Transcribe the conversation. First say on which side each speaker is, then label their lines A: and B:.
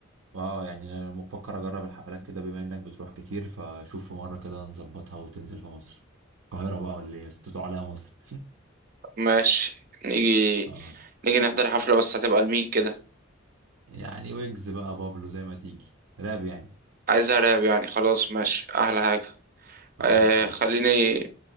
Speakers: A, on the right; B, on the right.
A: اه يعني انا بفكر اجرب الحفلات كده بما انك بتروح كتير فشوف في مره كده نظبطها وتنزل في مصر القاهره بقى ولا ايه بس تدعو عليها مصر
B: ماشي نيجي
A: <laughs> اه
B: نيجي نحضر حفله بس هتبقى لمين كده
A: يعني ويجز بقى بابلو زي ما تيجي راب يعني
B: عايزها راب يعني خلاص ماشي احلى حاجه
A: خلاص
B: آه
A: فل
B: خليني